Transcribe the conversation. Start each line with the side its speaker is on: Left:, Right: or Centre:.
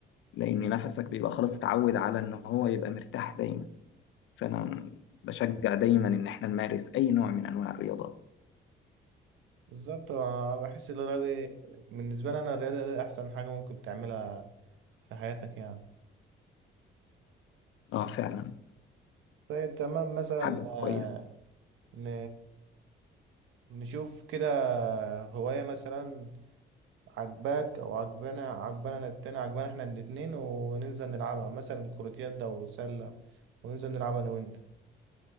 Left: لأن نفسك بيبقى خلاص اتعود على إن هو يبقى مرتاح دايما فأنا بشجع دايما إن إحنا نمارس أي نوع من أنواع الرياضة
Right: بالظبط أنا بحس الرياضة دي- بالنسبة لي انا الرياضة دي احسن حاجة ممكن تعملها في حياتك يعني
Left: اه فعلا
Right: طيب تمام مثلا
Left: حاجة كويسة
Right: آه، ن... نشوف كده هواية مثلا عجباك او عجبنا عجبنا أنا التاني عجبنا احنا الاتنين وننزل نلعبها مثلا كرة يد او سلة وننزل نلعبها انا وانت